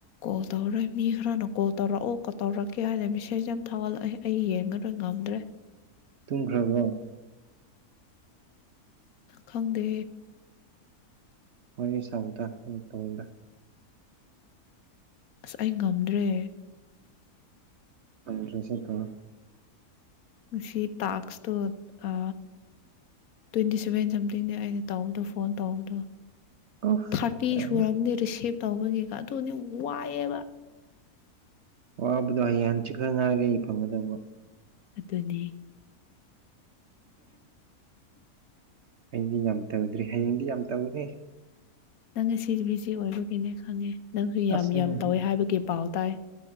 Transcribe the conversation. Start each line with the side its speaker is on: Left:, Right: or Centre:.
Left: ꯀꯣꯜ ꯇꯧꯔꯣꯏ ꯃꯤ ꯈꯔꯅ ꯀꯣꯜ ꯇꯧꯔꯛꯑꯣ ꯇꯧꯔꯛꯀꯦ ꯍꯥꯏꯅ ꯃꯦꯁꯦꯖ ꯌꯥꯝ ꯊꯥꯒꯠꯂꯛꯑꯦ ꯑꯩ ꯌꯦꯡꯉꯔꯣꯏ ꯉꯝꯃ ꯅ
Right: ꯇꯨꯝꯈ꯭ꯔꯕꯣ
Left: ꯈꯪꯗꯦ
Right: ꯃꯅꯤ ꯆꯥꯎꯗ ꯇ
Left: ꯑꯁ ꯑꯩ ꯉꯝꯗ꯭ꯔꯦ
Right: ꯅ꯭ꯔꯦꯁꯠꯇ
Left: ꯁꯤ ꯇꯥꯛꯁꯇ ꯑ ꯇ꯭ꯋꯦꯟꯇꯤ ꯁꯚꯦꯟ ꯁꯝꯊꯤꯡꯅꯦ ꯑꯩꯅ ꯇꯧꯕꯗꯣ ꯐꯣꯟ ꯇꯧꯕꯗꯣ
Right: ꯑꯣꯐ
Left: ꯊꯥꯔꯇꯤ
Right: ꯌꯥꯝ
Left: ꯁꯨꯨꯔꯝꯅꯤ ꯔꯤꯁꯤꯞ ꯇꯧꯕꯒꯤꯒ ꯑꯗꯨꯅꯤ ꯋꯥꯏꯑꯦꯕ
Right: ꯋꯥꯕꯗꯣ ꯍꯌꯦꯡ ꯍꯪꯆꯤꯛꯈ ꯉꯥꯏꯔꯦ ꯑꯩ ꯐꯪꯒꯗꯧꯕ
Left: ꯑꯗꯨꯅꯤ
Right: ꯍꯌꯦꯡꯗꯤ ꯌꯥꯝ ꯇꯧꯗ꯭ꯔꯔꯤ ꯍꯌꯦꯡꯗꯤ ꯌꯥꯝ ꯇꯅꯦ
Left: ꯅꯪꯅ ꯁꯤ ꯕꯤꯖꯤ ꯑꯣꯏꯕꯒꯤꯅꯦ ꯈꯪꯉꯦ ꯅꯪꯁꯨ ꯌꯥꯝ
Right: ꯑꯁ
Left: ꯌꯥꯝ
Right: ꯑꯩ ꯉꯁꯤ
Left: ꯇꯧꯋꯦ ꯍꯥꯏꯕꯒꯤ ꯄꯥꯎ ꯇꯥꯏ